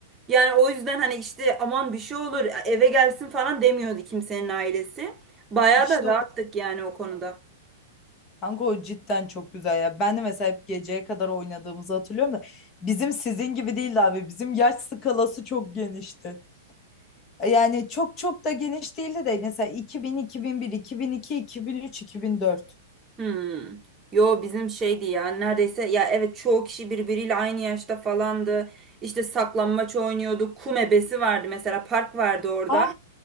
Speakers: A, on the right (about 20°); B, on the left (about 30°).
A: Yani o yüzden hani işte aman bir şey olur eve gelsin falan demiyordu kimsenin ailesi. Bayağı
B: İşte
A: da rahattık
B: o.
A: yani o konuda.
B: Kanka o cidden çok güzel ya. Ben de mesela hep geceye kadar oynadığımızı hatırlıyorum da bizim sizin gibi değildi abi. Bizim yaş skalası çok genişti. Yani çok çok da geniş değildi de mesela iki bin, iki bin bir, iki bin iki iki bin bin bin bir bin üç iki bin dört
A: Hmm. Yo bizim şeydi ya neredeyse ya evet çoğu kişi birbiriyle aynı yaşta falandı. İşte saklambaç oynuyorduk. Kum ebesi vardı mesela park vardı orada.
B: Ah,